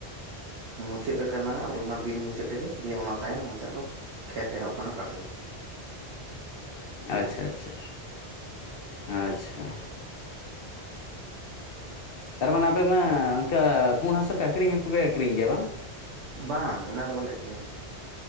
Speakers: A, on the right; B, on the left.
A: ᱢᱩᱪᱟᱹᱜ ᱟᱠᱟᱱᱟ <inaudible> ᱚᱱᱟ ᱵᱤᱨ ᱢᱩᱪᱟᱹᱜ ᱨᱮᱜᱮ ᱫᱤᱭᱮ ᱚᱱᱟ ᱛᱟᱭᱚᱢ ᱚᱱᱛᱮ ᱟᱫᱚ ᱠᱷᱮᱛ ᱮᱦᱚᱵ ᱠᱟᱱᱟ <inaudible> ᱨᱮᱜᱮ᱾
B: ᱟᱪᱪᱷᱟ ᱟᱪᱪᱷᱟ, ᱟᱪᱪᱷᱟ᱾
A: <inaudible>
B: ᱛᱟᱨᱢᱟᱱᱮ ᱟᱯᱮ ᱢᱟ ᱚᱱᱠᱟ ᱯᱩᱬ ᱦᱟᱥᱟ ᱯᱮ ᱟᱹᱠᱷᱨᱤᱧ ᱦᱚᱸᱠᱩᱯᱮ ᱟᱹᱠᱷᱨᱤᱧ ᱜᱮᱭᱟ ᱵᱟᱝ?
A: ᱵᱟᱝ ᱚᱱᱟ ᱫᱚ ᱵᱟᱞᱮ ᱟᱠᱷᱨᱤᱧᱟ᱾